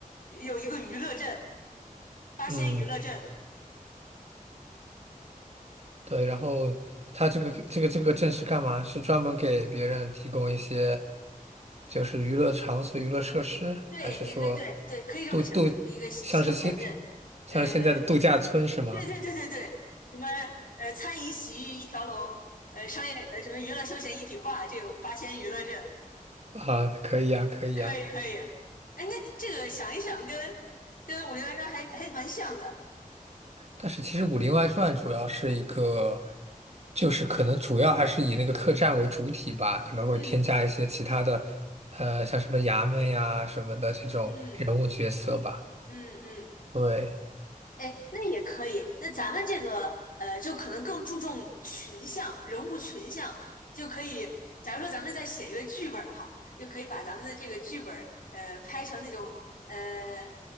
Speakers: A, on the left; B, on the right.
A: 有一个娱乐镇，八仙娱乐镇，
B: <laughs> 嗯。对，然后他这个这个这个证是干嘛？是专门给别人提供一些就是娱乐场所、娱乐设施，
A: 对，
B: 还是说
A: 你可以，对对，可以这么想，
B: 度度
A: 就是一个消消遣镇，
B: 像是现像是现在的度假村是吗？
A: 呃，对对对对对，什么呃，餐饮洗浴一条龙，呃，商业呃什么娱乐休闲一体化，这有八仙娱乐镇，
B: 啊，可以呀，可以呀。
A: 可以可以。哎，那这个想一想跟，跟《武林外传》还还蛮像的。
B: 但是其实《武林外传》主要是一个，就是可能主要还是以那个客栈为主体吧，可能会添加一些其他的，
A: 嗯
B: 呃，像什么衙门呀什么的这种人物角色吧。
A: 嗯嗯嗯。
B: 对，
A: 哎，那也可以。那咱们这个呃，就可能更注重群像、人物群像，就可以。假如说咱们再写一个剧本儿哈，就可以把咱们的这个剧本儿呃拍成那种呃